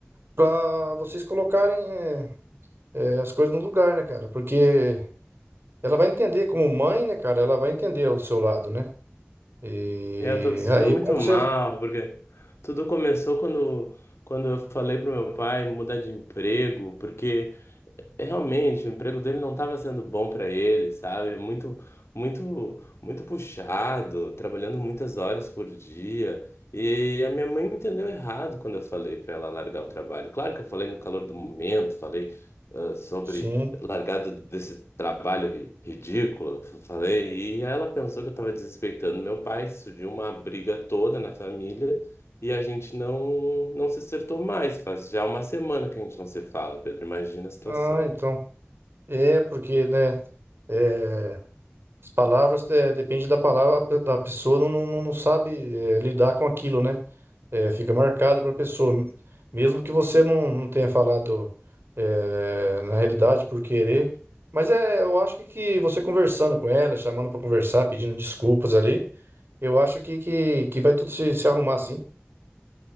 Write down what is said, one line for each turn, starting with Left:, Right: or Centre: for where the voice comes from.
Right: Pra vocês colocarem. eh, é, as coisas no lugar, né, cara? Porque ela vai entender, como mãe, né, cara? Ela vai entender o seu lado, né? E
Left: É, eu tô me sentindo
Right: aí,
Left: muito
Right: como você.
Left: mal porque tudo começou quando, quando eu falei pro meu pai mudar de emprego, porque Realmente, o emprego dele não estava sendo bom para ele, sabe? Muito, muito, muito puxado, trabalhando muitas horas por dia. E a minha mãe entendeu errado quando eu falei para ela largar o trabalho. Claro que eu falei no calor do momento, falei ah, sobre
Right: Sim.
Left: largado desse trabalho ri- ridículo, falei, e ela pensou que eu estava desrespeitando meu pai, surgiu uma briga toda na família e a gente não não se acertou mais. Faz já uma semana que a gente não se fala, Pedro. Imagina a situação.
Right: Ah, então. É, porque, né? eh, As palavras, é, depende da palavra, da pessoa não, não, não sabe, é, lidar com aquilo, né? É, fica marcado para a pessoa. Mesmo que você não, não tenha falado, é, na realidade por querer. Mas é, eu acho que, que você conversando com ela, chamando para conversar, pedindo desculpas ali, eu acho que, que, que vai tudo se, se arrumar, sim.